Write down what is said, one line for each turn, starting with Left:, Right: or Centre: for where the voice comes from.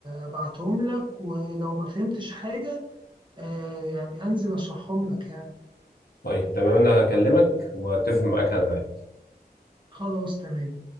Right: أبعتهم لك ولو ما فهمتش حاجة آه، يعني أنزل أشرحهم لك يعني
Left: طيب تمام انا هكلمك واتفق معاك على ميعاد.
Right: خلاص تمام